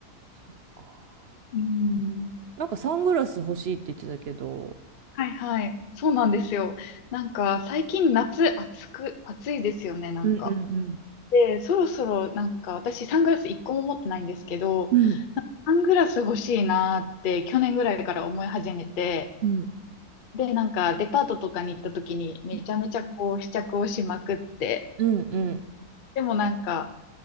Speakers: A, on the right; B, on the left.
A: そっか。
B: うん。
A: なんかサングラス欲しいって言ってたけど、
B: はいはい。そうなんですよ。なんか最近夏暑く、暑いですよね、なんか。
A: うんうんうん。
B: で、そろそろなんか私サングラス一個も持ってないんですけど、
A: うん。
B: サングラス欲しいなーって去年ぐらいから思い始めて、
A: うん。
B: で、なんかデパートとかに行った時にめちゃめちゃこう試着をしまくって、
A: うんうん。
B: でもなんか